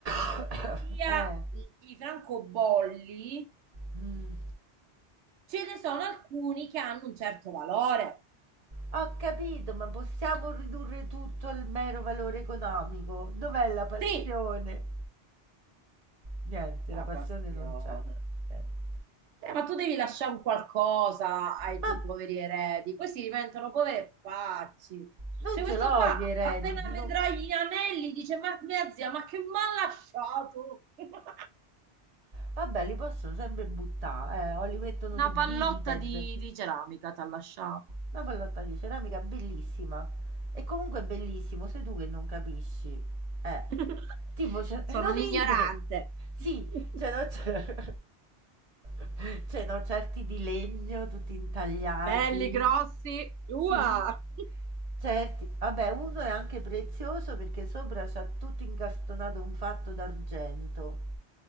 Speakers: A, on the right; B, on the right.
A: <coughs>
B: sia
A: eh,
B: i i francobolli,
A: mm.
B: ce ne sono alcuni che hanno un certo valore.
A: Ho capito, ma possiamo ridurre tutto al mero valore economico? Dov'è la passione?
B: Sì,
A: Niente,
B: la
A: la passione
B: passione.
A: non c'è. Niente.
B: Eh, ma tu devi lasciare un qualcosa ai
A: Ma
B: tuoi poveri eredi, questi diventano poveri pacci.
A: non
B: Cioè, questo
A: ce l'ho
B: qua
A: gli eredi,
B: appena
A: no.
B: vedrà gli anelli dice: Ma mia zia, ma che mi ha lasciato? <laughs>
A: Vabbè, li possono sempre buttare, eh, o li mettono
B: Una
A: su
B: pallotta
A: Vinted.
B: di, di ceramica ti ha lasciato.
A: Una pallotta di ceramica bellissima. E comunque è bellissimo, sei tu che non capisci. Eh,
B: <laughs>
A: tipo, cioè,
B: Sono
A: <laughs> non
B: un
A: ride.
B: ignorante.
A: Sì,
B: <laughs>
A: cioè, no, c'è... <laughs> cioè, no, certi di legno, tutti intagliati.
B: Belli, grossi. Ua!
A: Sì, certi. Vabbè, uno è anche prezioso perché sopra c'ha tutto incastonato un fatto d'argento.